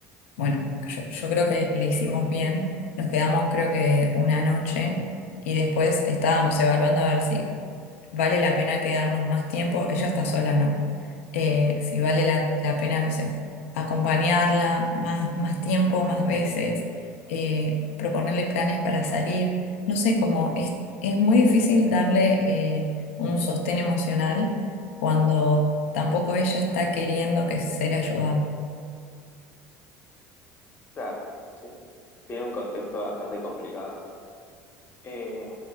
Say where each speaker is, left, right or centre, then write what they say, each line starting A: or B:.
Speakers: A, on the left (about 80°); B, on the left (about 35°).
A: bueno, yo, yo creo que le hicimos bien. Nos quedamos creo que una noche y después estábamos evaluando a ver si vale la pena quedarnos más tiempo, ella está sola, ¿no? Eh, si vale la, la pena, no sé, acompañarla más, más tiempo, más veces, eh, proponerle planes para salir, no sé, como es, es muy difícil darle eh, un sostén emocional cuando tampoco ella está queriendo que ser ayudada.
B: Claro, sí, tiene un contexto bastante complicado. Eh,